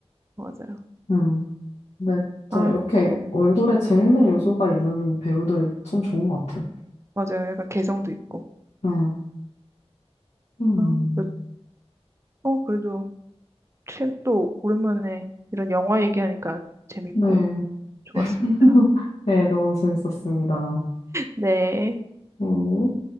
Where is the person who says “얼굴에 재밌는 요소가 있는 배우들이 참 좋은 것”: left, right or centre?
Left